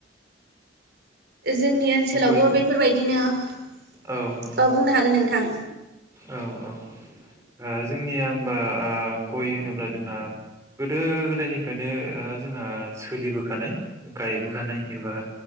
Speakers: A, on the right; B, on the right.
A: जोंनि ओनसोलावबो
B: गयनि
A: बेफोरबायदिनो ओ
B: औ औ
A: बुंनो हागोन नोंथां
B: औ औ ओ जोंनिया होमबा ओ गइ होनोब्ला जोंहा गोदो गोदायनिफ्रायनो जोंहा ओ सोलिबोखानाय गायबोखानाय एबा